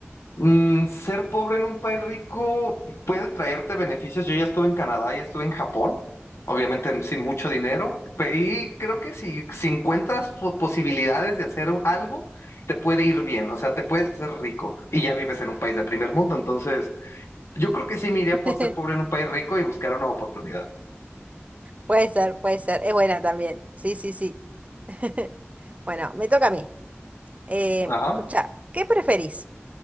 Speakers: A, on the left; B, on the right.
A: mm, ser pobre en un país rico puede traerte beneficios. Yo ya estuve en Canadá y estuve en Japón, obviamente sin mucho dinero, pe- y creo que si, si encuentras po- posibilidades de hacer un- algo, te puede ir bien, o sea, te puedes hacer rico y ya vives en un país de primer mundo. Entonces, yo creo que sí me iría
B: <laughs>
A: por ser pobre en un país rico y buscar una oportunidad.
B: Puede ser, puede ser. Es buena también. Sí, sí, sí. <laughs> Bueno, me toca a mí. Eh,
A: Ajá.
B: escucha, ¿qué preferís?